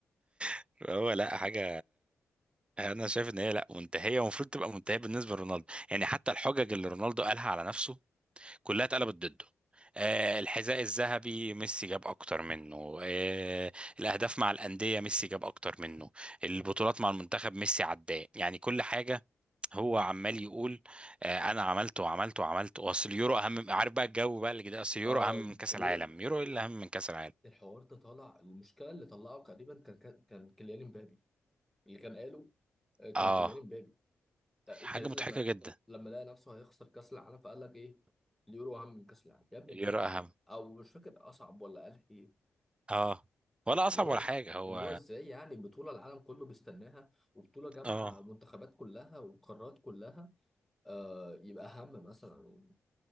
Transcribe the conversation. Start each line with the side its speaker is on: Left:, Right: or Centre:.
Right: <laughs> هو لا حاجة أنا شايف إن هي لا منتهية ومفروض تبقى منتهية بالنسبة لرونالدو يعني حتى الحجج اللي رونالدو قالها على نفسه كلها اتقلبت ضده آه الحذاء الذهبي ميسي جاب اكتر منه آه الاهداف مع الانديه ميسي جاب اكتر منه البطولات
Centre: مم.
Right: مع المنتخب ميسي عداه يعني كل حاجه هو
Centre: مم.
Right: عمال يقول آه، انا عملت وعملت وعملت واصل اليورو اهم من- عارف بقى الجو بقى اللي كده اصل اليورو
Centre: اه
Right: اهم من كاس
Centre: اليورو
Right: العالم يورو ايه اللي اهم من كاس العالم
Centre: الحوار ده طالع المشكله اللي طلعه تقريبا كان كان كان كيليان امبابي اللي كان قاله آه، كان
Right: اه
Centre: كيليان امبابي تقريبا
Right: حاجه مضحكه
Centre: لما
Right: جدا
Centre: لما لقى نفسه هيخسر كاس العالم فقال لك ايه اليورو اهم من كاس العالم يا ابني انتهبل
Right: اليورو اهم
Centre: يا ابني او مش فاكر اصعب ولا قال ايه
Right: اه ولا اصعب
Centre: اللي هو
Right: ولا
Centre: إز-
Right: حاجه هو
Centre: اللي هو ازاي يعني بطولة العالم كله بيستناها وبطولة جامعة
Right: اه
Centre: منتخبات كلها وقارات كلها آه يبقى أهم مثلا